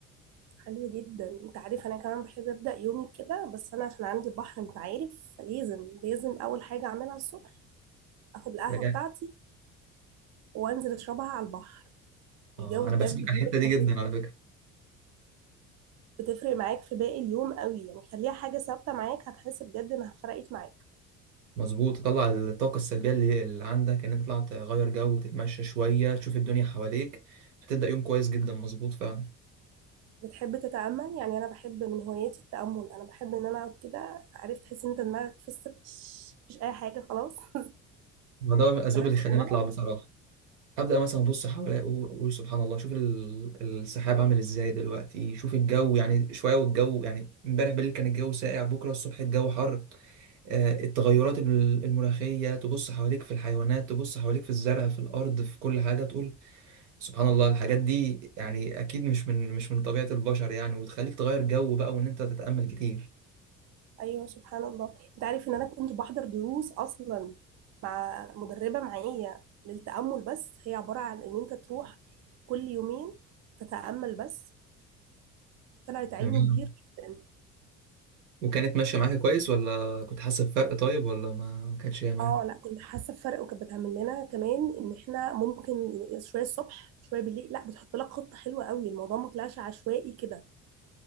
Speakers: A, on the right (about 50°); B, on the right (about 90°).
A: حلو جدا انت عارف انا كمان بحب ابدا يومي كده بس انا عشان عندي بحر انت عارف لازم لازم اول حاجه اعملها الصبح اخد القهوه
B: يعني-
A: بتاعتي وانزل اشربها على البحر
B: اه
A: الجو
B: أنا بحب
A: بجد
B: الحتة
A: بيبقى
B: دي
A: تحفه
B: جدا على فكرة
A: بتفرق معاك في باقي اليوم قوي يعني خليها حاجه ثابته معاك هتحس بجد انها فرقت معاك
B: مظبوط تطلع الطاقة السلبية اللي اللي عندك ان انت تطلع تغير جو وتتمشى شوية تشوف الدنيا حواليك هتبدأ يوم كويس جدا مظبوط فعلا
A: بتحب تتامل يعني انا بحب من هواياتي التامل انا بحب ان انا اقعد كده عرفت تحس ان انت دماغك فصلت مفيش اي حاجه خلاص <laughs>
B: ما ده من الاسباب
A: جربت
B: اللي خلاني
A: تعملها؟
B: اطلع بصراحة ابدأ مثلا ابص حواليا اقول أقول سبحان الله شوف ال- السحاب عامل ازاي دلوقتي شوف الجو يعني شوية والجو يعني امبارح بالليل كان الجو ساقع بكرة الصبح الجو حر آه، التغيرات ال- المناخية تبص حواليك في الحيوانات تبص حواليك في الزرع في الارض في كل حاجة تقول سبحان الله الحاجات دي يعني اكيد مش من مش من طبيعة البشر يعني وتخليك تغير جو بقى وان انت تتأمل كتير
A: ايوه سبحان الله انت عارف ان انا كنت بحضر دروس اصلا مع مدربه معايا للتامل بس هي عباره عن ان انت تروح كل يومين تتامل بس طلعت علم
B: تمام
A: كبير جدا
B: وكانت ماشية معاك كويس ولا كنت حاسس بفرق طيب ولا ما ما كانتش هي معاك
A: اه لا كنت حاسه بفرق وكانت بتعمل لنا كمان ان احنا ممكن شويه الصبح شويه بالليل لا بتحط لك خطه حلوه قوي الموضوع ما طلعش عشوائي كده